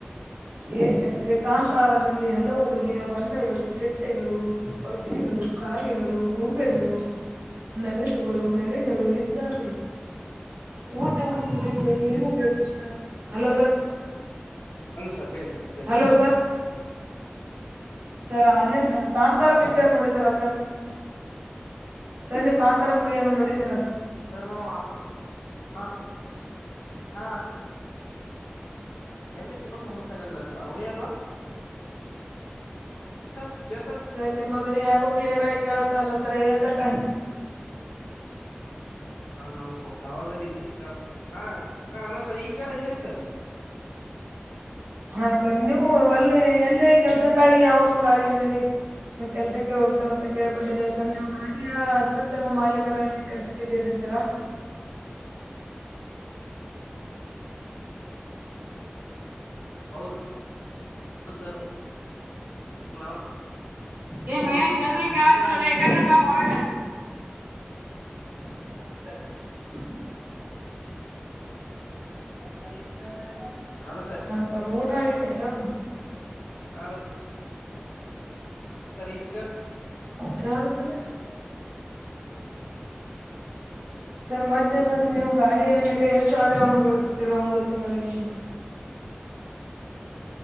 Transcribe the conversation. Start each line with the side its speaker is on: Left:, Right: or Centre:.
Right: ಏಕೆಂದ್ರೆ ಕಾಂತಾರದಲ್ಲಿ ಹಲವು ಬಗೆಯ ಬಣ್ಣಗಳು ಚಿಟ್ಟೆಗಳು ಪಕ್ಷಿಗಳು ಕಾಗೆಗಳು ಗೂಬೆಗಳು ನವಿಲುಗಳು ನರಿಗಳು ಇದ್ದಾವೇ ಊಟ ಉಣಲಿಕ್ಕೆ ಏನು ಬೇಕು sir hello sir
Left: hello sir ಹೇಳಿ ಸರ್ ಕೇಳಿಸ್ತಾ
Right: ಹಲೋ
Left: ಇದೆ
Right: ಸರ ಅದೇ ಸರ್ ಕಾಂತಾರ ಪಿಕ್ಚರ್ ನೋಡಿದಾರ ಸರ್ ನೀವು ಸರ್ ನೀವು ಕಾಂತಾರ ಮೂವಿಯನ್ನು ನೋಡಿದೀರಾ ಸರ್
Left: ಸರ್ ನಾವು ಹ ಹಾ ಎಮ್ಮೆ ತಕೊಂಡ್ ಹೋಗತಾರಲ್ಲ ಸರ್ ಅವನೇ ಅಲ್ವಾ ಸರ
Right: ಸರ್ ನಿಮ್ಮ ದ್ವನಿ ಯಾಕೋ ಕ್ಲಿಯರ್ ಆಗಿ ಕೇಳಸ್ತಾ ಇಲ್ಲ ಸರ್ ಏತಕ್ಕ
Left: ನಾವು ಟವರ್ ದಲ್ಲಿ ಇಲ್ಲ ಅನ್ಸುತ್ತೆ ಹಾ ಹಲೋ ಸರ್ ಈಗ ಹೇಳಿ ಸರ್
Right: ಹಾ ಸರ್ ನೀವು ಒಲ್ಲ ಎಲ್ಲೇ ಕೆಲ್ಸಕ್ಕಾಗಿ ಯಾವದು ಗಾಡಿಯ ಮೇಲೆ ಕೆಲ್ಸಕ್ಕೆ ಹೋಗ್ತೀರ ಅಂತ ಕೇಳ್ಪಟ್ಟೆದೇವೆ ಸರ್ ನೀವು ಅಲ್ಲಿಯ ಅತ್ಯುತ್ತಮ ಮಾಲೀಕರಲ್ಲಿ ಕೆಲಸಕ್ಕೆ ಸೇರಿದ್ದೀರಾ
Left: ಹೌದು ಸರ್ ನಾವು
Right: ಏ ಮಯ ಚಂದ
Left: ವಿಂಟ್ರಾ
Right: ಕೇಳತ್ತಲ್ಲ
Left: ಈ
Right: ಕಡ್ರಿ
Left: ತಟ್ಟೇಲಿ
Right: ಬಾ
Left: ಹೊಕ್ಕಿವಿ
Right: ಹೊರಗ <unintelligible> <unintelligible>
Left: ಹಲೋ ಸರ್
Right: ಹಾ ಸರ್ ಊಟ ಆಗಿದೆ ಸರ್
Left: <unintelligible> ಆ ತಸರ್ ಈಗ ಕೇಳುತ್ತಿದೆ
Right: ಕೇಳಾಕತ್ತೈತಿ ಇಲ್ಲ ಸರ್ ಮತ್ತೆ ಸರ್ ನೀವು ಗಾಡಿಯ ಮೇಲೆ ಎಷ್ಟು ಆದಾಯವನ್ನು ಗಳಸುತ್ತೀರಾ ಒಂದು ತಿಂಗಳಿಗೆ ನೀವು